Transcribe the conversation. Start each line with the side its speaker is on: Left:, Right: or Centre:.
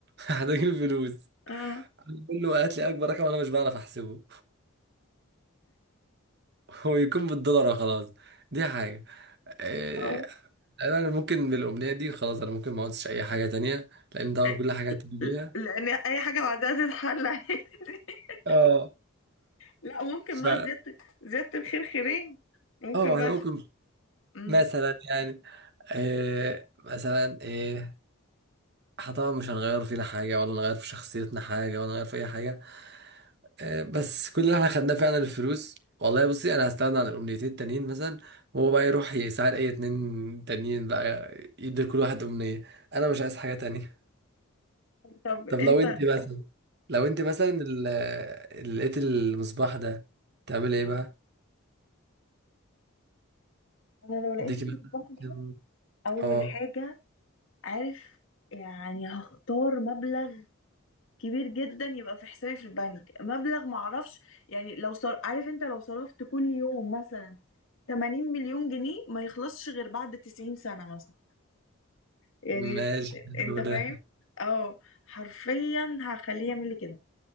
Right: محتاجين فلوس
Left: اه
Right: كله قالت لي اكبر رقم انا مش بعرف احسبه <laughs> هو يكون بالدولار خلاص دي حاجة آه،
Left: اه
Right: انا ممكن بالامنية دي خلاص انا ممكن ما اقعدش اي حاجة تانية لان طبعا
Left: لا-
Right: كل حاجة هتيجي بيها
Left: لان اي حاجه بعدها تتحل عادي <laughs>
Right: اه
Left: لا ممكن
Right: ف
Left: بقى زياده زياده الخير خيرين ممكن
Right: اه
Left: بقى
Right: احنا ممكن
Left: مم.
Right: مثلا يعني إيه مثلا ايه احنا طبعا مش هنغير فينا حاجة ولا نغير في شخصيتنا حاجة ولا نغير في أي حاجة إيه بس كل اللي احنا خدناه فعلا الفلوس والله بصي أنا هستغنى عن الأمنيتين التانيين مثلا وهو بقى يروح يساعد أي اتنين تانيين بقى يدي لكل واحد أمنية أنا مش عايز حاجة تانية
Left: طب
Right: طب
Left: انت
Right: لو انت مثلا لو انت مثلا ال- اللي لقيت المصباح ده تعمل ايه بقى
Left: انا لو لقيت
Right: ديكي مثلا
Left: المصباح ده
Right: كام-
Left: اول
Right: اه
Left: حاجه عارف يعني هختار مبلغ كبير جدا يبقى في حسابي في البنك مبلغ معرفش يعني لو صار عارف انت لو صرفت كل يوم مثلا 80 مليون جنيه ما يخلصش غير بعد 90 سنه مثلا يعني
Right: ماشي حلو
Left: انت فاهم
Right: ده
Left: اه حرفيا هخليه يعمل لي كده